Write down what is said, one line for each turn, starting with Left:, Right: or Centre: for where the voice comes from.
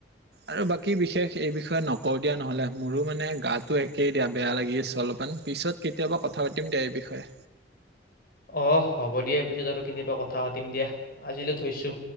Right: আৰু বাক কি বিশেষ এই বিষয়ে নকওঁ দিয়া নহ'লে, মোৰো মানে গাটো একেই দিয়া বেয়া লাগি অলপমান পিছত কেতিয়াবা কথা পাতিম দিয়া এই বিষয়ে।
Left: অ', হ'ব দিয়া, পিছত আৰু কেতিয়াবা কথা পাতিম দিয়া আজিলৈ থৈছোঁ।